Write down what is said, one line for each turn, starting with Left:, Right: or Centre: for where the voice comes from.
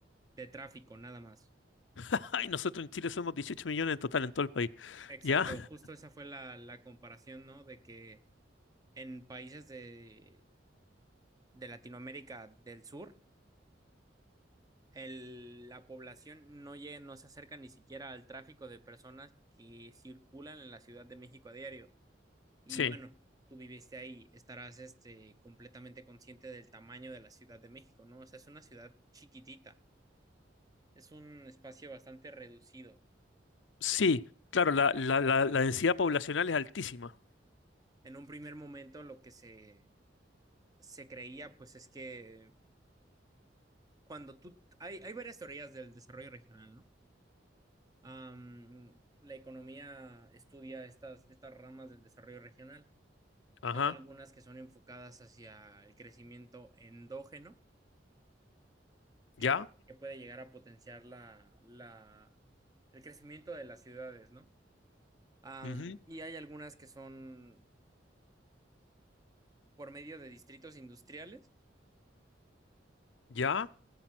Right: de tráfico, nada más.
Left: <laughs> Ay, nosotros en Chile somos 18 millones en total en todo el país.
Right: Exacto,
Left: ¿Ya?
Right: justo esa fue la, la comparación, ¿no? De que en países de, de Latinoamérica del Sur, el- la población no llega, no se acerca ni siquiera al tráfico de personas que circulan en la Ciudad de México a diario. Y
Left: Sí,
Right: bueno, tú viviste ahí, estarás este, completamente consciente del tamaño de la Ciudad de México, ¿no? O sea, es una ciudad chiquitita, es un espacio bastante reducido.
Left: sí, claro,
Right: Eh,
Left: la, la, la, la densidad poblacional es altísima.
Right: en un primer momento lo que se, se creía, pues es que cuando tú, hay, hay varias teorías del desarrollo regional, ¿no? Am, la economía estudia estas, estas ramas del desarrollo regional.
Left: Ajá,
Right: Hay algunas que son enfocadas hacia el crecimiento endógeno, que,
Left: ya,
Right: pu- que puede llegar a potenciar la, la- el crecimiento de las ciudades, ¿no? Am,
Left: ujú,
Right: y hay algunas que son por medio de distritos industriales,
Left: ya,